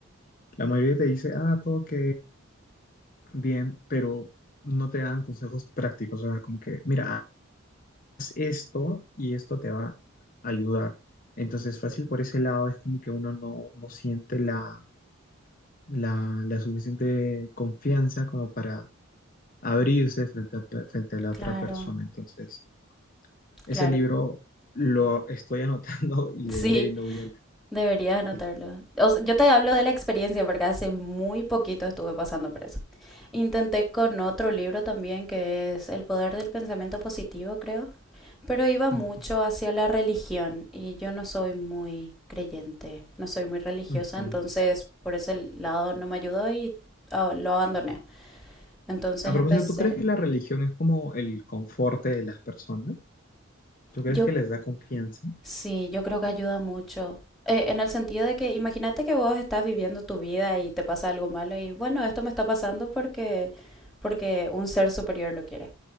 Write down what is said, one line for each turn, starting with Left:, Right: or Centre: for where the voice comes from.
Left: la mayoría te dice, ah, todo ok, bien, pero no te dan consejos prácticos, o sea, como que, mira, haz esto y esto te va a ayudar. Entonces, fácil por ese lado es como que uno no, no siente la, la, la suficiente confianza como para abrirse frente a, otra- frente a la
Centre: claro,
Left: otra persona. Entonces, ese
Centre: claro.
Left: libro lo estoy anotando <laughs> y
Centre: Sí,
Left: de ley lo voy a leer.
Centre: Deberías anotarlo.
Left: de ley.
Centre: O sea, yo te hablo de la experiencia porque hace muy poquito estuve pasando por eso. Intenté con otro libro también que es El poder del pensamiento positivo, creo, pero iba mucho
Left: Ujú,
Centre: hacia la religión y yo no soy muy creyente, no soy muy religiosa,
Left: ujú.
Centre: entonces por ese lado no me ayudó y ah, lo abandoné. Entonces
Left: A propósito,
Centre: empecé.
Left: ¿tú crees que la religión es como el conforte de las personas? ¿Tú crees
Centre: Yo
Left: que les da confianza?
Centre: Sí, yo creo que ayuda mucho. Eh, en el sentido de que imagínate que vos estás viviendo tu vida y te pasa algo malo y bueno, esto me está pasando porque porque un ser superior lo quiere